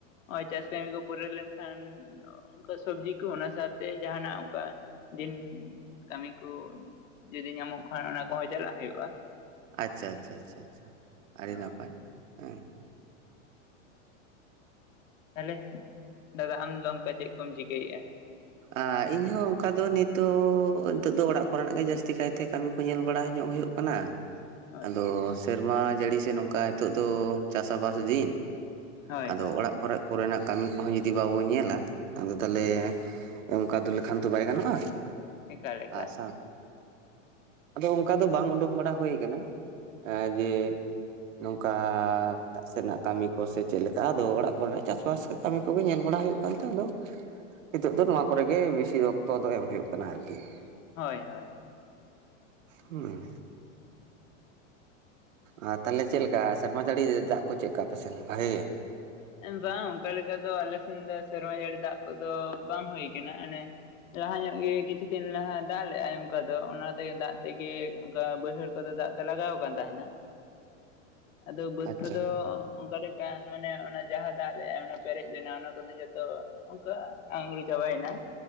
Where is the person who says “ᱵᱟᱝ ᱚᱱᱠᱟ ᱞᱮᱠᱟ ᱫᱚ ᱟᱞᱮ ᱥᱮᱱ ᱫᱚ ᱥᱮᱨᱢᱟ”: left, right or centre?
Left